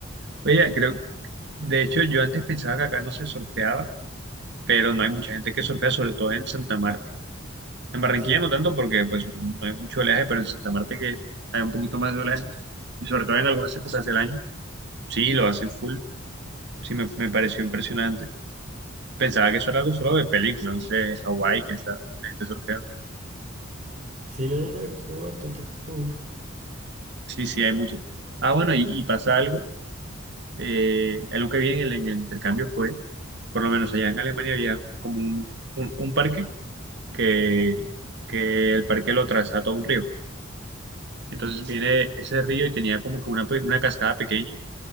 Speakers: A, on the right (about 60°); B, on the right (about 40°).
A: Oye, creo, de hecho yo antes pensaba que acá no se surfeaba, pero no hay mucha gente que surfea, sobre todo en Santa Marta. En Barranquilla
B: Sí,
A: no tanto porque pues no hay mucho oleaje, pero en Santa Marta que hay un poquito más de oleaje y sobre todo en algunas épocas del año, sí, lo hacen full. Sí, me, me pareció impresionante. Pensaba que eso era algo solo de película, no sé, Hawái que está la gente surfeando.
B: sí, no, no, no, eso es como bastante común.
A: Sí, sí, hay mucho. Ah, bueno, y, y pasa algo. Eh, algo que vi en el, en el intercambio fue, por lo menos allá en Alemania había como un, un, un parque que, que el parque lo trazaba todo un río. Entonces viene ese río y tenía como que una, pe- una cascada pequeña